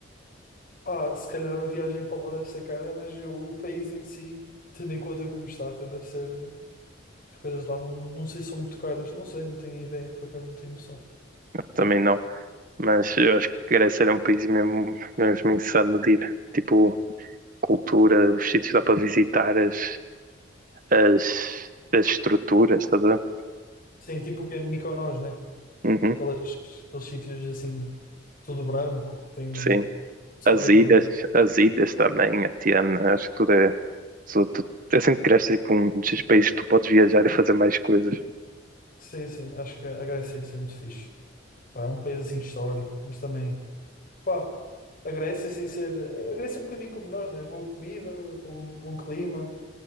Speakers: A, on the left; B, on the right.
A: Pá, se calhar a viagem para lá deve ser cara, mas eu- o país em si, tendo em conta como está, até deve ser. As coisas lá não, não sei se são muito caras, não sei, não tenho ideia, por acaso não tenho noção.
B: também não. Mas eu acho que a Grécia era um país mesmo, mesmo insano de ir. Tipo, cultura, os sítios que dá para visitar, as, as, as estruturas, estás a ver?
A: Sim, tipo o que é Mykonos, né?
B: Uhum,
A: Aquelas, aqueles sítios assim, tudo branco, que tem.
B: sim.
A: Sabes
B: As
A: aquelas.
B: ilhas, as ilhas também, a Tiana, acho que tudo é. só tu- é sempre que cresces tipo, um desses países que tu podes viajar e fazer mais coisas.
A: Sim, sim, acho que a Grécia ia ser muito fixe. Pá, é um país assim histórico, mas também. Pá, a Grécia, sem ser. A Grécia é um bocadinho como nós, né? Boa comida, bom, bom clima,